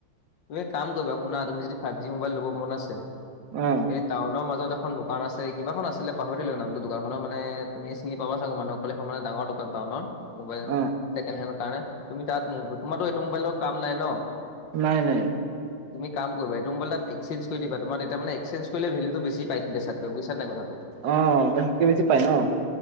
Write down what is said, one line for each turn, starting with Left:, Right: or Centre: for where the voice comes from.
Left: তুমি এ, কাম কৰিবা শুনা তুমি যদি ফাইভজি মোবাইল ল'ব মন আছে
Right: অ
Left: এই টাউনৰ মাজত এখন দোকান আছে, কিবাখন আছিলে পাহৰিলো নামটো দোকানখনৰ, মানে তুমি চিনি পাবা চাগে মানুহক কলে মানে ডাঙৰ দোকান টাউনৰ মোবাইল
Right: অ
Left: ছেকেন হেনডৰ কাৰণে তুমি তাত, তোমাৰো এইটো মোবাইলৰ কাম নাই ন'?
Right: নাই নাই।
Left: তুমি কাম কৰিবা এইটো মোবাইল তাত এক্সেঞ্জ কৰি দিবা, তোমাৰ তেতিয়া মানে এক্সেঞ্জ কৰিলে ভেলুটো বেছি পাই বেছাতকৈ বুজিছানে নাই? কথাটো?
Right: অ' বেচাতকে বেছি পায় ন'?